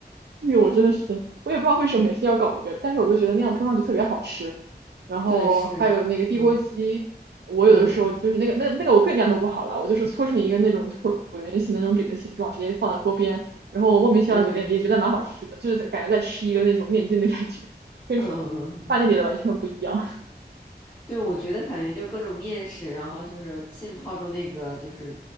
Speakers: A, on the right; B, on the left.
A: 那个我真的是，
B: 对
A: 我也不知道为什么每次要搞一个，但是我就觉得那样铺上去特别好吃。然后还有那个地锅鸡，
B: 对是，嗯
A: 我有的时候就是那个那个那个我更加弄不好了，
B: 嗯
A: 我就是搓成一个那种椭圆形的那种饼的形状，直接放在锅边，然后我莫名其妙觉得也觉得蛮好吃的，
B: 嗯。
A: 就是在感觉在吃一个那种面筋的感觉，跟
B: 嗯嗯嗯，
A: 饭店里的完全不一样。
B: 对，我觉得感觉就各种面食，然后就是浸泡住那个就是